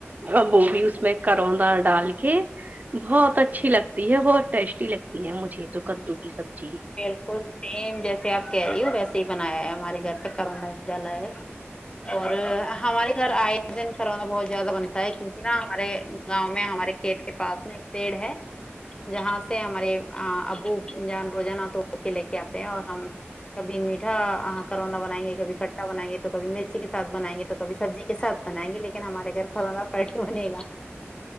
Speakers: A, on the right (about 40°); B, on the left (about 20°).
A: ا وہ بھی اس میں کروندہ ڈال کے بہت اچھی لگتی ہے بہت ٹیسٹی لگتی ہے مجھے تو کدو کی سبزی
B: بالکل سیم جیسے آپ کہہ رہی ہو ویسے ہی بنایا ہے ہمارے گھر پہ کروندہ ہی ڈالا ہے اور ہمارے گھر آئے دن کروندہ بہت زیادہ بنتا ہے کیونکہ نا ہمارے گاؤں میں ہمارے کھیت کے پاس نا ایک پیڑ ہے جہاں سے ہمارے ابو جان روزانہ توڑ کے لے کے آتے ہیں اور ہم کبھی میٹا آ کروندہ بنائیں گے کب کھٹا بنائیںے تو کبھی مرچی کے ساتھ بنائ گے توبھی سبزی کے ساتھ بنائیں گے لیکن ہمارے گھر کلہ فرٹی بنے گا